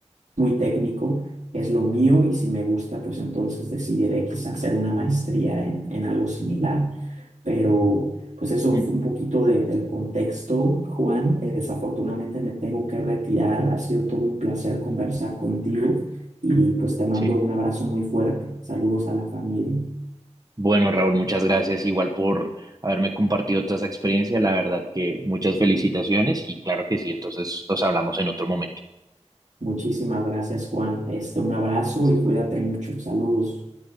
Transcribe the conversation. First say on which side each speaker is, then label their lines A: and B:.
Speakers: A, on the right; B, on the right.
A: muy técnico es lo mío y si me gusta, pues entonces decidiré quizás hacer una maestría en, en algo similar. Pero pues eso
B: ujú,
A: fue un poquito de- del contexto, Juan. Eh, desafortunadamente me tengo que retirar. Ha sido todo un placer conversar contigo y pues te mando
B: Sí.
A: un abrazo muy fuerte. Saludos a la familia.
B: Bueno, Raúl, muchas gracias igual por haberme compartido toda esa experiencia. La verdad que muchas felicitaciones y claro que sí, entonces nos hablamos en otro momento.
A: Muchísimas gracias, Juan. Este, un abrazo
B: Listo.
A: y cuídate mucho. Saludos.